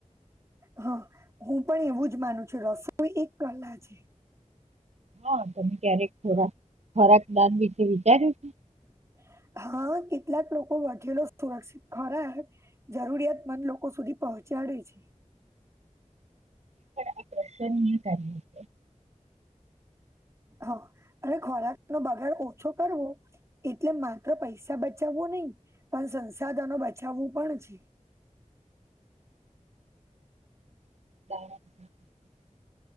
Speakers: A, on the right (about 25°); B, on the right (about 60°).
A: હ હું પણ એવું જ માનું છું રસોઈ એક કલા છે,
B: હા, તમે ક્યારેક ખોરાક ખોરાક દાન વિશે વિચાર્યું છે
A: <unintelligible> હ કેટલાક લોકો વધેલો સુરક્ષિત ખોરાક જરૂરિયાતમંદ લોકો સુધી પહોં ચાડે છે.
B: પણ આ પ્રશ્ન <unintelligible> છે
A: હ અને ખોરાક નો બગાડ ઓછો કરવો એટલે માત્ર પૈસા બચાવવું નહી પણ સંસાધનો બચાવવું પણ છે.
B: <unintelligible>